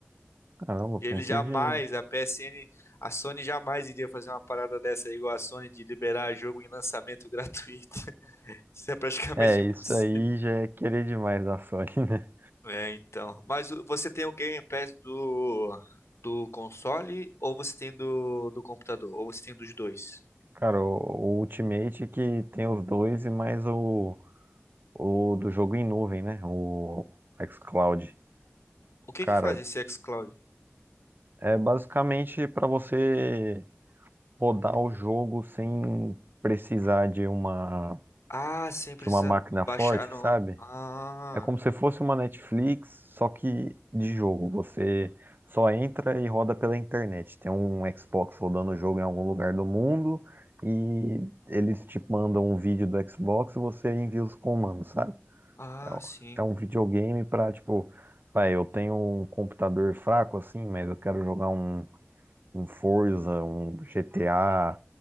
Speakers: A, on the right; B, on the left.
A: Caramba, eu
B: Ele
A: pensei
B: jamais,
A: que
B: a PSN, a Sony jamais iria fazer uma parada dessa igual a Sony de liberar jogo em lançamento gratuito. <laughs> Isso é praticamente
A: É,
B: impossível.
A: isso aí já é querer demais da Sony, <laughs> né?
B: É, então. Mas o- você tem o Game Pass do, do console ou você tem do, do computador? Ou você tem dos dois?
A: Cara, o, o Ultimate que tem os dois e mais o, o do jogo em nuvem, né? O xCloud.
B: O que
A: Cara,
B: que faz esse xCloud?
A: é basicamente pra você rodar o jogo sem precisar de uma,
B: Ah, sem precisar
A: de uma máquina
B: do- baixar
A: forte,
B: no.
A: sabe?
B: Ah,
A: É como se fosse uma Netflix, só que de jogo. Você só entra e roda pela internet. Tem um Xbox rodando o jogo em algum lugar do mundo e eles te mandam um vídeo do Xbox e você envia os comandos, sabe?
B: ah,
A: É um-
B: sim.
A: é um videogame pra, tipo, vai, eu tenho um computador fraco assim, mas eu quero jogar um, um Forza, um GTA,